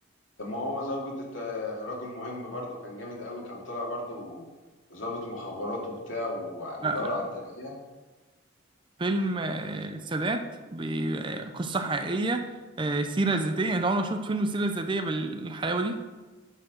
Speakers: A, on the left; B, on the right.
A: طب ما هو زوجة الت- راجل مهم برضه كان جامد قوي كان طالع برضه ضابط مخابرات وبتاع وبيدور
B: لا لا
A: على الترقية
B: فيلم آه، السادات بقصة حقيقية آه، سيرة ذاتية انت عمرك شفت فيلم السيرة الذاتية بالحلاوة دي؟